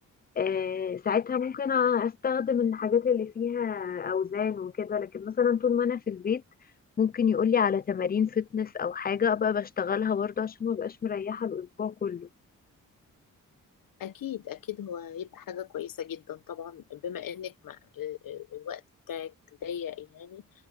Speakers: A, on the left (about 30°); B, on the left (about 80°).
A: آه ساعتها ممكن استخدم الحاجات اللي فيها اوزان وكده لكن مثلا طول ما انا في البيت ممكن يقول لي على تمارين فتنس او حاجة ابقى بشتغلها برضه عشان ما بقاش مريحة الاسبوع كله
B: أكيد أكيد هو هيبقى حاجة كويسة جدا طبعا بما إنك ما ال- ال- الوقت بتاعك ضيق يعني